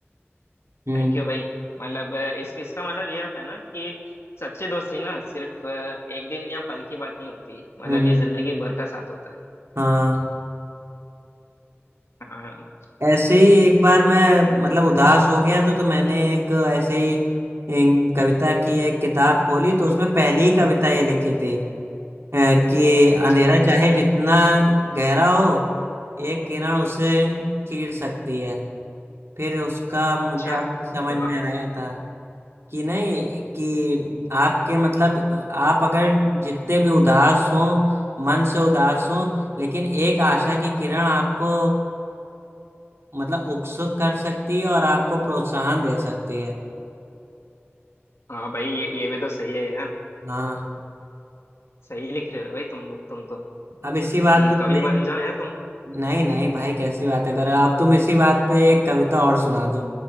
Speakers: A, on the right; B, on the left.
A: हम्म
B: थैंक यू भाई मतलब इस इसका मतलब ये होता है ना कि सच्ची दोस्ती ना सिर्फ अ, एक दिन या पल की बात नहीं होती मतलब
A: हम्म
B: ये जिंदगी भर का साथ होता है
A: हाँ
B: हाँ,
A: ऐसे ही एक बार मैं मतलब उदास हो गया तो तो मैंने एक ऐसे ही इन, कविता की एक किताब खोली तो उसमें पहली ही कविता ये लिखी थी अ, कि अंधेरा
B: अच्छा कौन
A: चाहे
B: सी
A: जितना गहरा हो एक किरण उसे चीर सकती है फिर उसका मुझे
B: अच्छा
A: आपकी समझ
B: वाह
A: में आया था कि नहीं कि आपके मतलब आप अगर जितने भी उदास हो मन से उदास हो लेकिन एक आशा की किरण आपको मतलब उत्सुक कर सकती है और आपको प्रोत्साहन दे सकती है
B: हाँ भाई ये ये भी तो सही है यार
A: हाँ
B: सही लिख रहे हो भाई तुम तुम तो
A: अब इसी बात
B: हम्म,
A: पे तुम्हें
B: कवि बन जाओ यार तुम
A: नहीं नहीं भाई कैसी बातें कर रहे हो अब तुम इसी बात पे एक कविता और सुना दो